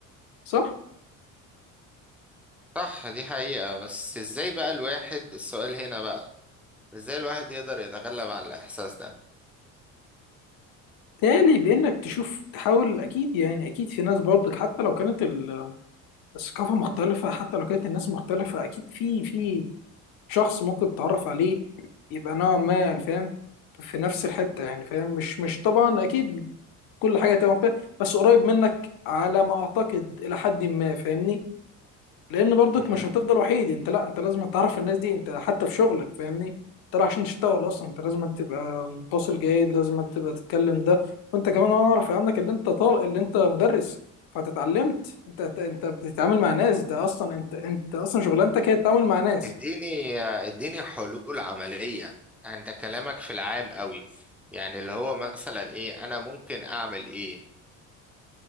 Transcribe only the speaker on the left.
صح
تالي بانك تشوف تحاول اكيد يعني اكيد في ناس برضك حتى لو كانت ال- الثقافة مختلفة حتى لو كانت الناس مختلفة اكيد في في شخص ممكن تتعرف عليه يبقى نوعا ما يعني فاهم في نفس الحتة يعني فاهم مش مش طبعا أكيد كل حاجه هتبقى مختلفه بس قريب منك على ما اعتقد الى حد ما فاهمني لان برضك
مش هتفضل وحيد انت لا انت لازم تعرف الناس دي انت حتى في شغلك فاهمني انت رايح عشان تشتغل اصلا انت لازم تبقى متواصل جيد لازم تبقى تتكلم ده وانت كمان انا اعرف عنك اللي انت طالق اللي انت مدرس فانت اتعلمت انت انت بتتعامل مع ناس ده اصلا انت انت اصلا شغلانتك هي التعامل مع ناس